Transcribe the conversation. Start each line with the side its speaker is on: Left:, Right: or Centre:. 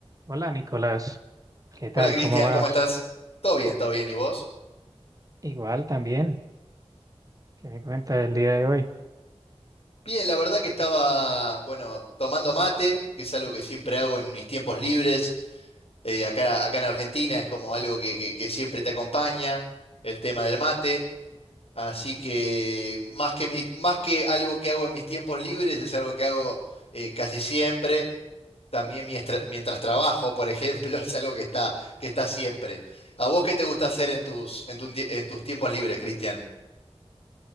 Right: Hola Nicolás, ¿qué tal?
Left: Hola Cristian,
Right: ¿Cómo vas?
Left: ¿cómo estás? Todo bien, todo bien. ¿Y vos?
Right: Igual también, ¿qué me cuenta del día de hoy?
Left: Bien, la verdad que estaba, bueno, tomando mate, que es algo que siempre hago en mis tiempos libres. eh, acá, acá en Argentina es como algo que, que- que siempre te acompaña, el tema del mate. Así que más que, mi- más que algo que hago en mis tiempos libres, es algo que hago eh, casi siempre. También miestra- mientras trabajo, por ejemplo, <laughs> es algo que está, que está siempre. ¿A vos qué te gusta hacer en tus, en tu tie- en tus tiempos libres, Cristian?